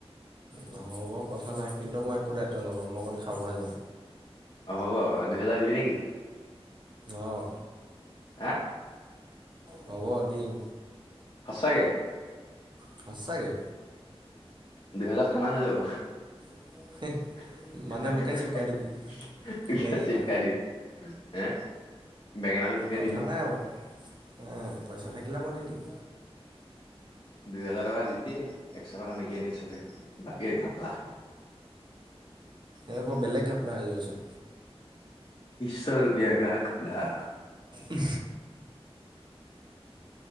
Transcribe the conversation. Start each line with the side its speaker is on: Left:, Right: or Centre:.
Right: নহ'ব কথা নাই কিন্তু মই একো দায়িত্ব নলও মই অকল খাবহে যাম।
Left: অ হ'ব দুহেজাৰ দিবি নেকি।
Right: অৱ।
Left: হা।
Right: হ'ব দিম।
Left: সঁচাকে
Right: সঁচাকে
Left: দুহেজাৰ খানা হৈ যাব।
Right: <unintelligible>
Left: <unintelligible>
Right: মোকে চিপকাই দিবি বেঙেনা
Left: বেঙেনাটো তোকে
Right: কথা
Left: দি দিওঁ
Right: নাই আমাৰ হ পইচা থাকিলে মই দি দিম।
Left: দুই হোজাৰ টকা দিবি একশ টকা মেগি নিম চব বাকীৰ গাপলা।
Right: এ বেলেগ ঘাপলাই হৈ যাবচোন।
Left: চ ৰূপয়া কা ঘাপলা।
Right: উ।